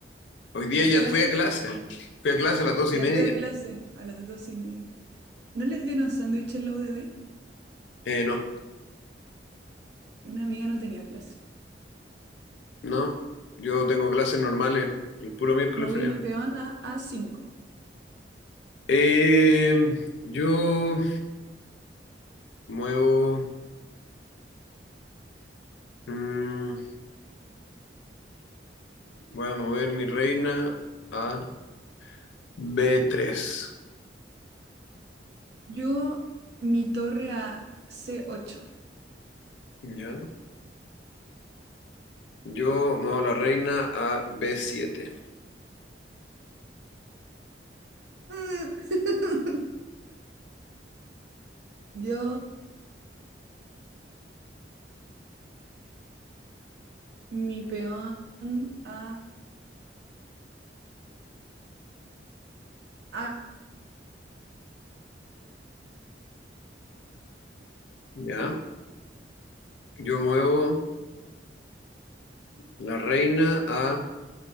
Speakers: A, on the left; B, on the right.
A: Hoy día
B: las
A: ya
B: clases,
A: fui a clase. Fui a clase a las dos
B: ya
A: y media.
B: fui a clase a las doce y media. ¿No les dieron sándwich en la UDD?
A: Eh, no,
B: Una amiga no tenía clase.
A: no. Yo tengo clases normales. El puro miércoles
B: Moví
A: frío.
B: mi peón a A5.
A: Eh, yo muevo. mm, voy a mover mi reina a B3.
B: Yo, mi torre a c ocho.
A: ¿Ya? Yo muevo la reina a B7.
B: Mm. <laughs> Yo, mi peón a, a...
A: ¿Ya? Yo muevo la reina a